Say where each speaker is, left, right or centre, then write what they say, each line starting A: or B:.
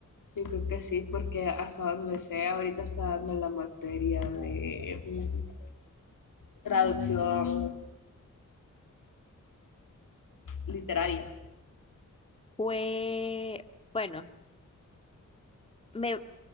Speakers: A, on the left; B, on the left.
A: yo creo que sí, porque hasta donde sea, ahorita está dando la materia de mm, traducción literaria.
B: Fue, bueno. me,